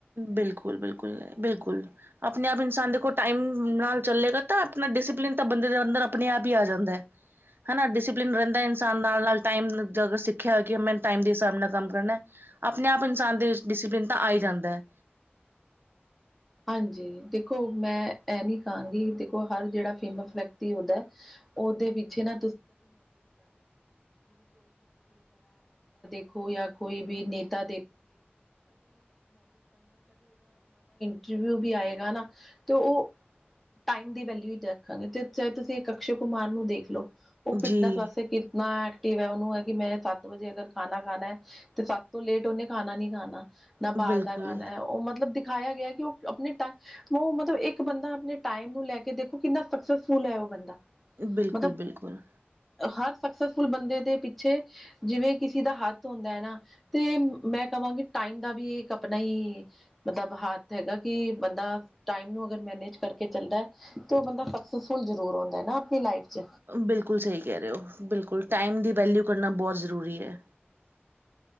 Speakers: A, on the right; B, in the centre.
A: ਬਿਲਕੁਲ, ਬਿਲਕੁਲ, ਬਿਲਕੁਲ ਆਪ <unintelligible> ਇਨਸਾਨ ਦੇਖੋ ਟਾਈਮ ਨਾਲ ਚੱਲੇਗਾ ਤਾਂ ਆਪਣਾ ਡਿਸਪਲਿਨ ਤਾਂ ਬੰਦੇ ਦੇ ਅੰਦਰ ਆਪਣੇ ਆਪ ਈ ਆ ਜਾਂਦਾ। ਹਨਾ, ਡਿਸਿਪਲਿਨ ਰਹਿੰਦਾ ਇਨਸਾਨ ਦਾ ਨਾਲ ਨਾਲ ਟਾਈਮ ਨਜ ਸਿੱਖਿਆ ਕਿ ਮੈ ਟਾਈਮ ਦੇ ਹਿਸਾਬ ਨਾਲ ਕੰਮ ਕਰਨਾ ਆਪਣੇ ਆਪ ਇਨਸਾਨ ਦੇ ਵਿੱਚ ਡਿਸਿਪਲਿਨ ਤਾਂ ਆਈ ਜਾਂਦਾ।
B: ਹਾਂਜੀ ਦੇਖੋ ਮੈਂ ਏ ਨੀ ਕਹਾਂਗੀ ਦੇਖੋ ਹਰ ਜਿਹੜਾ ਫੇਮਸ ਵਿਅਕਤੀ ਉਦਾ ਔਦੇ ਪਿੱਛੇ ਨਾ ਕੋਈ ਆ ਕੋਈ ਵੀ ਨੇਤਾ <unintelligible> ਅਭੀ ਆਏਗਾ ਨਾ ਤੋ ਉਹ ਟਾਈਮ ਦੀ ਵੈਲਿਊ ਹੀ ਦੇਖਾਂਗੇ ਤੇ ਚਾਹੇ ਤੁਸੀਂ ਇੱਕ ਅਕਸ਼ੇ ਕੁਮਾਰ ਨੂੰ ਦੇਖ ਲੋ। ਔ ਫਿਟਨੈਸ
A: ਜੀ
B: ਵਾਸਤੇ ਕਿਤਨਾ ਐਕਟਿਵ ਏ। ਔਨੂੰ ਏ ਕਿ ਮੈਂ ਸੱਤ ਵਜੇ ਅਗਰ ਖਾਣਾ ਖਾਣਾ ਹੈ ਤੇ ਸੱਤ ਤੋਂ ਲੇਟ ਉਹਨੇ ਖਾਣਾ ਨੀ ਖਾਣਾ ਨਾ
A: ਬਿਲਕੁਲ
B: ਬਾਹਰ ਦਾ ਖਾਣਾ ਹੈ ਉਹ ਮਤਲਬ ਦਿਖਾਇਆ ਗਿਆ ਕਿ ਉਹ ਆਪਣੇ ਟ ਓ ਮਤਲਬ ਇੱਕ ਬੰਦਾ ਆਪਣੇ ਟਾਈਮ ਨੂੰ ਲੈ ਕੇ ਦੇਖੋ ਕਿੰਨਾ ਸਕਸੈਸਫੁਲ ਹੈ ਉਹ ਬੰਦਾ
A: ਬਿਲਕੁਲ
B: ਮਤਲਬ
A: ਬਿਲਕੁਲ।
B: ਹਰ ਸਕਸੈਸਫੁਲ ਬੰਦੇ ਦੇ ਪਿੱਛੇ ਜਿਵੇਂ ਕਿਸੇ ਦਾ ਹੱਥ ਹੁੰਦਾ ਏ ਨਾ ਤੇ ਮੈਂ ਕਵਾਂਗੀ ਟਾਈਮ ਦਾ ਵੀ ਇੱਕ ਆਪਣਾ ਈ ਮਤਲਬ ਹੱਥ ਹੈਗਾ। ਕਿ ਬੰਦਾ ਟਾਈਮ ਨੂੰ ਅਗਰ ਮੈਨੇਜ ਕਰਕੇ ਚੱਲਦਾ ਤਾਂ ਔ ਬੰਦਾ ਸਕਸੈਸਫੁੱਲ ਜ਼ਰੂਰ ਹੁੰਦਾ ਏ ਨਾ ਆਪਣੀ ਲਾਈਫ ਚ
A: ਬਿਲਕੁਲ ਸਹੀ ਕਹਿ ਰਹੇ ਹੋ। ਬਿਲਕੁ ਟਾਈਮ ਦੀ ਵੈਲਿਊ ਕਰਨਾ ਬਹੁਤ ਜ਼ਰੂਰੀ ਏ।